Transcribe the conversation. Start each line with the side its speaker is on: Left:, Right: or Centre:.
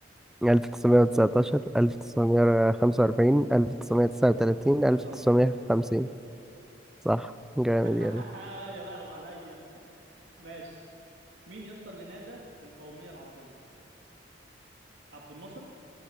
Centre: 1919 1945 1939 1950
Right: 45
Centre: صح جامد
Right: <laughs>
Centre: يلا
Right: يا لهو عليا ماشي مين يا اسطى اللي نادى بالقومية العربية عبد الناصر